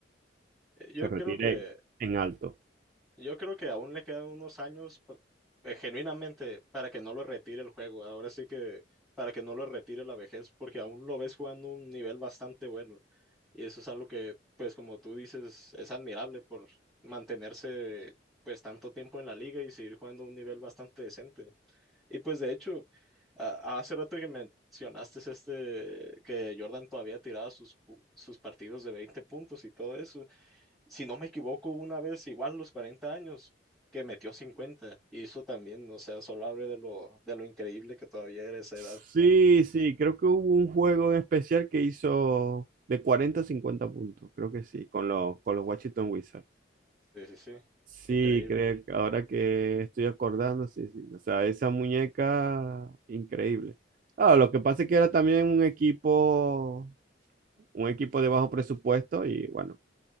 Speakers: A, in the centre; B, on the right.
A: Eh, Yo
B: Se retire
A: creo que
B: en alto.
A: Yo creo que aún le quedan unos años pa- eh, genuinamente para que no lo retire el juego. Ahora sí que para que no lo retire la vejez, porque aún lo ves jugando un nivel bastante bueno. Y eso es algo que, pues como tú dices, es admirable por mantenerse pues tanto tiempo en la liga y seguir jugando a un nivel bastante decente. Y pues de hecho, a- hace rato que mencionaste este, que Jordan todavía tiraba sus, pu- sus partidos de 20 puntos y todo eso si no me equivoco, una vez igual los 40 años que metió 50 y eso también, o sea, solo abre de lo, de lo increíble que todavía era esa
B: Sí,
A: edad.
B: sí, creo que hubo un juego en especial que hizo de 40 a 50 puntos. Creo que sí, con los, con los Washington Wizards.
A: Sí, sí, sí,
B: Sí,
A: increíble.
B: creo que ahora que estoy acordando, sí, sí. O sea, esa muñeca, increíble. Ah, lo que pasa es que era también un equipo, un equipo de bajo presupuesto y bueno,